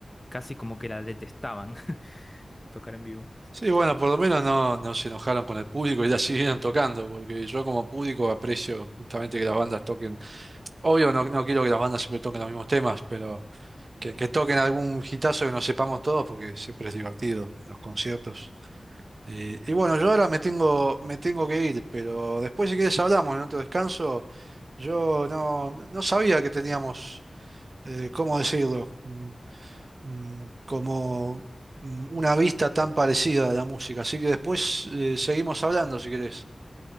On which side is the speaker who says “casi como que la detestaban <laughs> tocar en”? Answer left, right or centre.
Left